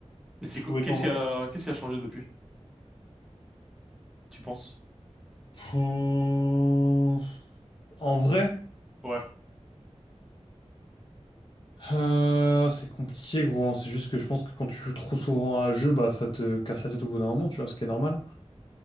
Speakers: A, in the centre; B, on the left.
A: Mais c'est
B: Je
A: quoi-
B: pouvais
A: qu'est-ce
B: t'envoyer.
A: qui a... qu'est-ce qui a changé depuis, tu penses?
B: Euh, En vrai,
A: Ouais.
B: euh, c'est compliqué, gros. hein. C'est juste que je pense que quand tu joues trop souvent à un jeu, bah ça te casse la tête au bout d'un moment, tu vois, ce qui est normal.